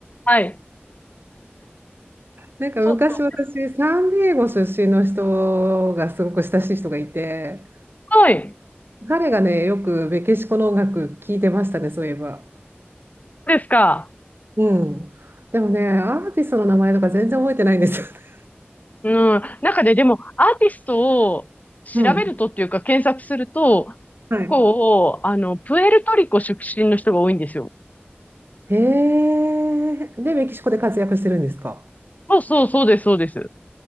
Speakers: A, on the left (about 40°); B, on the right (about 60°).
A: はい。
B: なんか昔私、
A: そうそ
B: サンディエゴ出身の人がすごく親しい人がいて、
A: う。はい。
B: 彼がね、よくメキシコの音楽聴いてましたね、そういえば。
A: そうですか。
B: うん。でもね、アーティストの名前とか全然覚えてないんですよね。
A: うん。中で、でも、アーティストを調べるとっていうか、
B: <laughs> うん。
A: 検索すると、
B: はい。
A: こう、あの、プエルトリコ出身の人が多いんですよ。
B: へえ。で、メキシコで活躍してるんですか。
A: そうそう、そうです、そうです。